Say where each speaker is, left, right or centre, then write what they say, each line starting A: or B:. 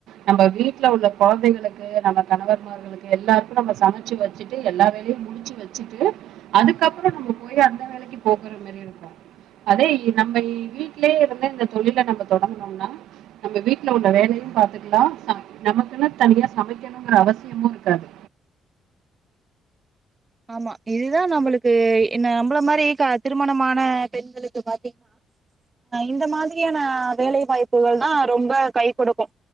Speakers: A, on the right; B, on the right.
A: நம்ப வீட்டுல உள்ள கொழந்தைகளுக்கு நம்ப கணவர் மார் களுக்கு எல்லாருக்கு நம்ப சமச்சு வச்சிட்டு எல்லா வேலையு முடிச்சு வச்சுட்டு அதுக்கப்பறோ நம்ப போய் அந்த வேலைக்கி போகுற மாரி இருக்கு அதே இப் நம்ப வீட்லேயே இருந்து இந்த தொழில நம்ம தொடங்கணும்னா நம்ப வீட்டுல உள்ள வேலயு பாத்துக்கலா நமக்குன்ன தனியா சமக்கணுங்கிற அவசியமு இருக்காது
B: ஆமா இதுதா நம்பளுக்கு என்ன நம்பள மாரி திருமணமான பெண்களுக்கு பாத்தி அ இந்த மாதிரியான வேலை வாய்ப்புகள் தா ரொம்ப கை கொடுக்கு